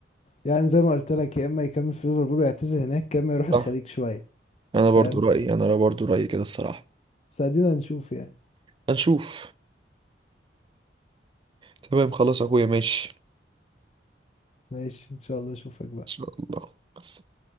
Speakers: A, on the left; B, on the right.
A: يعني زي ما قلت لك يا اما يكمل في ليفربول ويعتزل هناك يا اما يروح الخليج
B: صح
A: شويه
B: انا
A: فاهم
B: برضو رأيي انا برضو رأيي كده الصراحة
A: بس ادينا نشوف يعني
B: هنشوف تمام خلاص يا اخويا ماشي ان
A: ماشي ان شاء الله اشوفك بقى
B: شاء الله بس